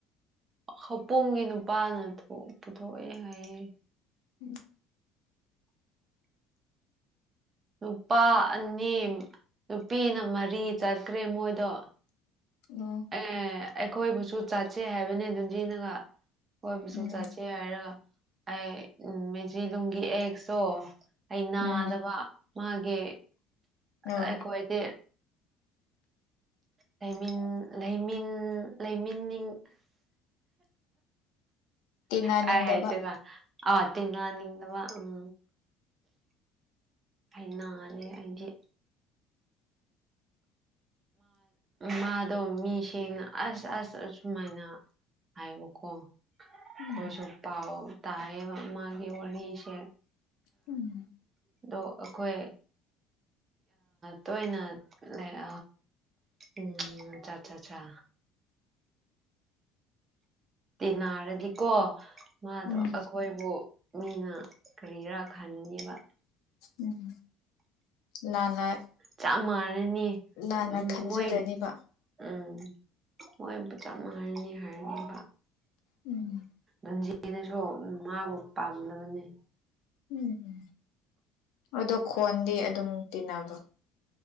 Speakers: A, on the right; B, on the left.
A: ꯍꯧꯄꯣꯝꯒꯤ ꯅꯨꯄꯥꯅ ꯄꯨꯊꯣꯛꯑꯦ ꯍꯥꯏꯌꯦ
B: ꯎꯝ
A: ꯅꯨꯄꯥ ꯑꯅꯤ ꯅꯨꯄꯤꯅ ꯃꯔꯤ ꯆꯠꯈ꯭ꯔꯦ ꯃꯣꯏꯗꯣ
B: ꯑꯣ
A: ꯑꯦ ꯑꯩꯈꯣꯏꯕꯨꯁꯨ ꯆꯥꯁꯦ ꯍꯥꯏꯕꯅꯦ ꯑꯗꯨꯟꯖꯤꯅꯒ ꯑꯩꯈꯣꯏꯕꯨꯁꯨ
B: ꯎꯝ
A: ꯆꯥꯠꯁꯦ ꯍꯥꯏꯔꯒ ꯑꯩ ꯎꯝ ꯃꯦꯖꯤꯂꯅꯨꯡꯒꯤ ꯑꯦꯛꯁꯨꯣ ꯑꯩ ꯅꯥꯗꯕ
B: ꯎꯝ
A: ꯃꯥꯒꯤ
B: ꯑꯧ
A: ꯑꯩꯈꯣꯏꯗꯤ ꯂꯩꯃꯤꯟ ꯂꯩꯃꯤꯟ ꯂꯩꯃꯤꯟ
B: ꯇꯤꯟꯅꯅꯤꯡꯗꯕ
A: ꯀꯥꯏ ꯍꯥꯏꯆꯦ ꯅ ꯑꯠꯇꯦꯡ ꯅ ꯅꯤꯡꯗ ꯋꯥ ꯎꯝ ꯑ ꯅꯅꯦ <inaudible> ꯑꯗꯤ ꯃꯥꯗꯣ ꯃꯤꯁꯤꯡꯦꯡꯅ ꯑꯁ ꯑꯁ ꯑ ꯁꯨꯃꯥꯏꯅ ꯍꯥꯏꯕ ꯀꯣ
B: ꯎꯝ
A: ꯑꯈꯣꯏꯁꯨ ꯄꯥꯎ ꯇꯥꯏꯌꯦꯕ ꯃꯥꯒꯤ ꯋꯔꯤꯁꯦ꯫
B: ꯎꯝ꯫
A: ꯑꯗꯣ ꯑꯩꯈꯣꯏ ꯇꯣꯏꯅ ꯂꯩr ꯎꯝ ꯆꯥ ꯆꯥ ꯆꯥ ꯇꯤꯟꯅꯔꯗꯤꯀꯣ ꯃꯥꯗꯣ
B: ꯎꯝ
A: ꯑꯩꯈꯣꯏꯕꯨ꯫ ꯃꯤꯅ ꯀꯔꯤꯔꯥ ꯈꯟꯅꯦꯕ꯫
B: ꯎꯝ ꯂꯥꯟꯅ꯫
A: ꯆꯞ ꯃꯥꯟꯅꯅꯤ
B: ꯂꯥꯟꯅ
A: ꯎꯝ
B: ꯈꯟꯖꯔꯅꯤꯕ
A: ꯃꯣꯏ꯫ ꯎꯝ ꯃꯣꯏꯕꯤ ꯆꯥꯞ ꯃꯥꯟꯅꯔꯅꯤ ꯍꯥꯏꯔꯤꯕ꯫
B: ꯎꯝ
A: ꯑꯩꯅꯁꯨ ꯃꯥꯕꯨ ꯄꯥꯝꯗꯕꯅꯤ꯫
B: ꯎꯝ ꯑꯗꯣ ꯈꯣꯟꯗꯤ ꯑꯗꯨꯝ ꯇꯤꯟꯅꯕꯔꯣ꯫